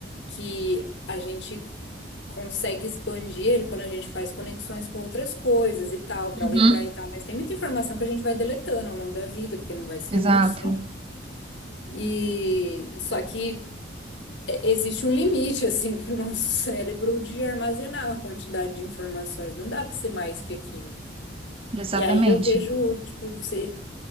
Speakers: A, on the left; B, on the right.
A: que a gente consegue expandir ele quando a gente faz conexões com outras coisas e tal, para
B: Uhum.
A: lembrar e tal. Mas tem muita informação que a gente vai deletando ao longo da vida, porque não vai ser
B: Exato,
A: útil. sei lá. E só que é, existe um limite, assim, <laughs> pro nosso cérebro de armazenar a quantidade de informações. Não dá para ser mais que aquilo.
B: exatamente.
A: E aí eu vejo, tipo, você